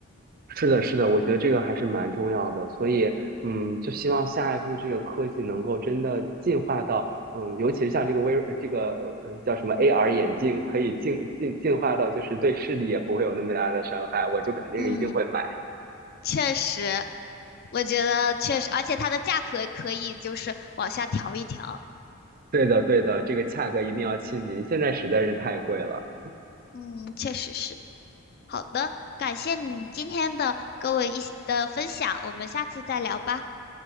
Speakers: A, on the right; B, on the left.
A: 是的，是的，我觉得这个还是蛮重要的，所以嗯，就希望下一步这个科技能够真的进化到。嗯，尤其是像这个微这个嗯叫什么 AR 眼镜，可以进进进化到就是对视力也不会有那么大的伤害，我就肯定一定会买。
B: 嗯，确实，我觉得确实，而且它的价格可以就是往下调一调。
A: 对的，对的，这个价格一定要亲民，现在实在是太贵了。
B: 嗯，确实是。好的，感谢你今天的跟我一起的分享，我们下次再聊吧，